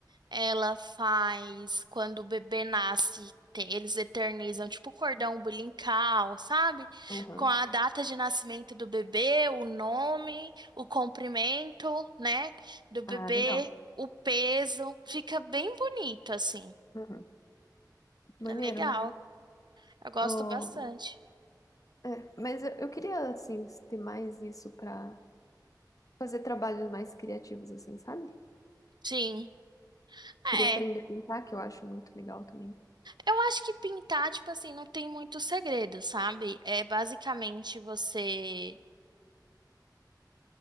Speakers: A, on the right (about 75°); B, on the left (about 50°).
A: Ela faz quando o bebê nasce, tem- eles eternizam tipo o cordão umbilical, sabe?
B: Aham.
A: Com a data de nascimento do bebê, o nome, o comprimento, né, do bebê,
B: Ah, legal.
A: o peso, fica bem bonito assim.
B: Uhum.
A: É
B: Maneiro,
A: legal.
B: maneiro.
A: Eu gosto
B: Oh,
A: bastante.
B: é, mas eu, eu queria, assim, ter mais isso pra fazer trabalhos mais criativos, assim, sabe?
A: Sim. É.
B: Queria aprender a pintar, que eu acho muito legal também.
A: Eu acho que pintar, tipo assim, não tem muito segredo, sabe? É basicamente você